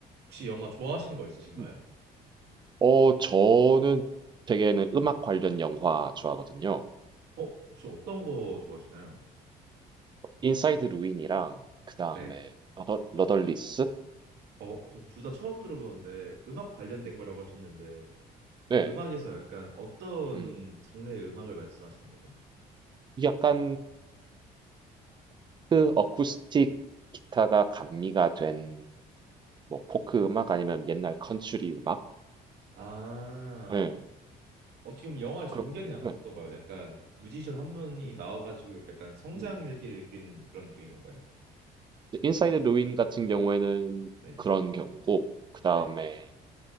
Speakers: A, on the right; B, on the right.
A: 혹시 영화 좋아하시는 거 있으신가요?
B: 음. 어 저는 되게는 음악 관련 영화 좋아하거든요.
A: 어, 혹시 어떤 거 좋아하시나요?
B: 인사이드 루인이랑 그다음에
A: 네.
B: 러 러덜리스?
A: 어, 저 둘 다 처음 들어보는데 음악 관련된
B: 음.
A: 거라고 하셨는데 그
B: 네.
A: 음악에서 약간 어떤
B: 음.
A: 장르의 음악을 말씀하시는 거죠?
B: 약간 포크 어쿠스틱 기타가 감미가 된 뭐 포크 음악 아니면 옛날 컨츄리 음악?
A: 아,
B: 네.
A: 어떻게 보면 영화의 전개는
B: 그런
A: 약간
B: 네.
A: 어떤가요? 약간 뮤지션 한 분이
B: 음.
A: 나와가지고 약간 성장
B: 음.
A: 일기를 그린 그런 느낌인 건가요?
B: 인사이드 루인 같은 경우에는
A: 네.
B: 그런 경우고 그다음에
A: 네.